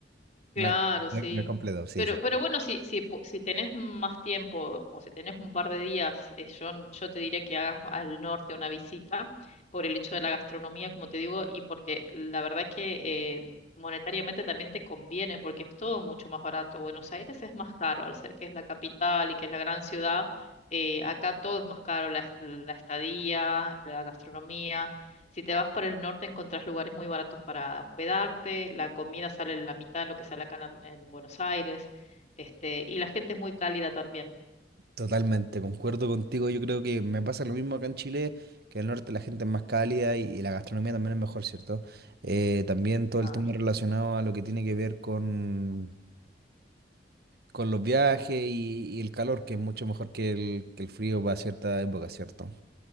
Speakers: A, on the left; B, on the right.
A: Claro,
B: No,
A: sí.
B: no, no es completo, sí,
A: Pero,
B: sí.
A: pero bueno, si, si, po- si tenés más tiempo o si tenés un par de días, eh, yo, n- yo te diría que hagas al norte una visita por el hecho de la gastronomía, como te digo, y porque la verdad es que eh, monetariamente también te conviene, porque es todo mucho más barato. Buenos Aires es más caro, al ser que es la capital y que es la gran ciudad, eh, acá todo es más caro, la, est- la estadía, la gastronomía. Si te vas para el norte, encontrás lugares muy baratos para hospedarte, la comida sale la mitad de lo que sale acá en, en Buenos Aires, este, y la gente es muy cálida también.
B: Totalmente, concuerdo contigo. Yo creo que me pasa lo mismo acá en Chile, que en el norte la gente es más cálida y, y la gastronomía también es mejor, ¿cierto? Eh, también todo el
A: Ah,
B: tema relacionado a lo que tiene que ver con, con los viajes y, y el calor, que es mucho mejor que el, que el frío para cierta época, ¿cierto?